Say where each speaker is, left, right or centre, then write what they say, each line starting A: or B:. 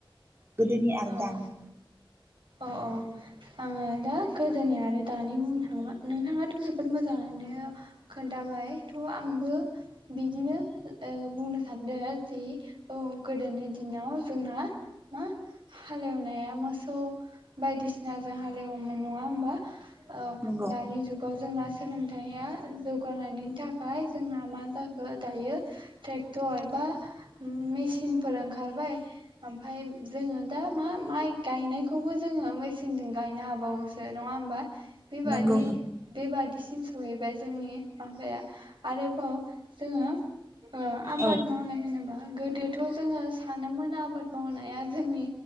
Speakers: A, on the right (about 30°); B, on the right (about 65°).
A: गोुदनि आर
B: औ
A: दानि
B: औ औ आङो दा गोदोननि आरो दानि बुंनो थाङा नोंथाङाथ जोबोद मोजाङैनो खोन्थाबाय थ आंबो बिदिनो ओ बुंनो सानदों जि औ गोदोनि दिनाव जोंना मा हालेवनाया मोसौ बायदिसिना जों हा ओ मोन नङा होमबा औ
A: नंगौ
B: दानि जुगाव जोंना सोलोंथाइया जौगानायनि थाखाय जोंना मा जाखो दायो ट्रेक्टरबा मि मिचिन फोर ओंखारबाय ओमफाय जोङो दा मा माइ गायनायखौबो जोङो मचनजों गायनो हाबावो नङा होमबा बेबादि
A: नंगौ नंगौ
B: बेबादिसो थम सहैबाय जोंनि माबाया आरोबाव जोङो ओ आबाद
A: औ
B: मावनाय होनोबा गोदोथ जोङो सानोमोन आबाद गो मावनाया जोंनि